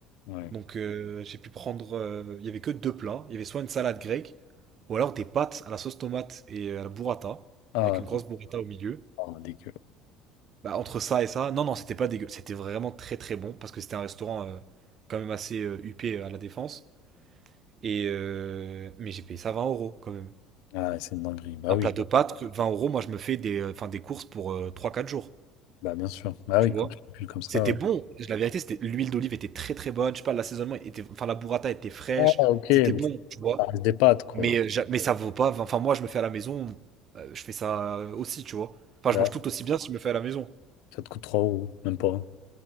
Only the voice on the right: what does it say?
Donc euh, j'ai pu prendre, euh, il y avait que deux plats. Il y avait soit une salade grecque, ou alors des pâtes à la sauce tomate et euh, à la burrata,
avec une grosse burrata au milieu.
Bah, entre ça et ça, non, non, c'était pas dégueu. C'était vraiment très très bon, parce que c'était un restaurant euh, quand même assez euh, huppé euh, à La Défense. Et euh, mais j'ai payé ça 20 euros quand même.
Un
plat de
pâtes, que 20 euros, moi je me fais des, euh, enfin, des courses pour euh, 3-4 jours,
tu
vois.
C'était
bon, la vérité, c'était l'huile d'olive était très très bonne, je sais pas, l'assaisonnement était, enfin la burrata était fraîche,
c'était
bon,
tu vois.
Mais, euh, j'a- mais ça vaut pas. Enfin, moi, je me fais à la maison. euh, je fais ça euh, aussi, tu vois. Enfin,
je mange tout aussi bien si je me fais à la maison.